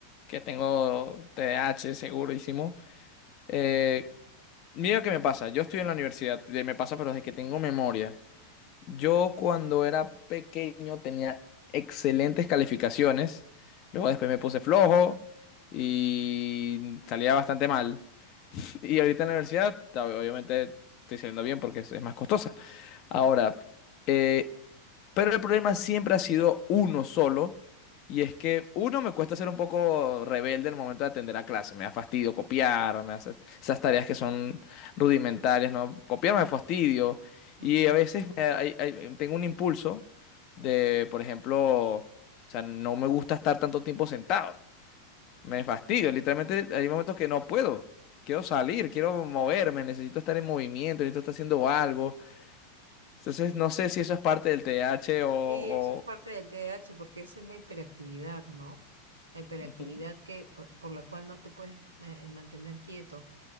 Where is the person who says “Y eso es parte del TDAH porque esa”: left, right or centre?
Right